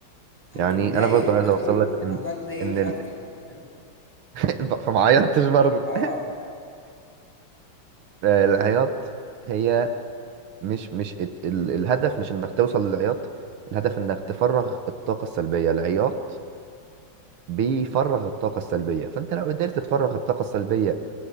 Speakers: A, in the centre; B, on the right.
A: كنت
B: يعني
A: متضايق
B: انا برضو
A: ومخنوق
B: عايز اوصل لك
A: الموضوع
B: ان
A: ده ضايقني
B: ان
A: اكتر
B: ال...
A: بقى فاهم
B: <laughs> فما عيطتش برضو
A: اه
B: <laughs> العياط هي مش مش ات- ال- الهدف مش انك توصل للعياط الهدف انك تفرغ الطاقة السلبية العياط بيفرغ الطاقة السلبية فانت لو قدرت تفرغ الطاقة السلبية